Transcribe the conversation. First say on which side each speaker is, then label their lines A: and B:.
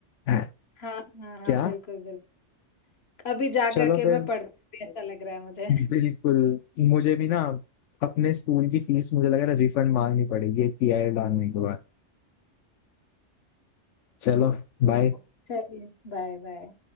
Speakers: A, on the left; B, on the left.
A: हैं,
B: हाँ हाँ हाँ
A: क्या
B: बिल्कुल बिल्कुल अभी जा
A: चलो
B: करके
A: फिर
B: मैं पढ़ती हूँ ऐसा लग रहा है मुझे
A: बिल्कुल मुझे भी ना अपने स्कूल की फीस मुझे लग रहा है रिफंड मांगनी पड़ेगी एक पीआई डालने के बाद चलो
B: <laughs>
A: बाय
B: चलिए बाय बाय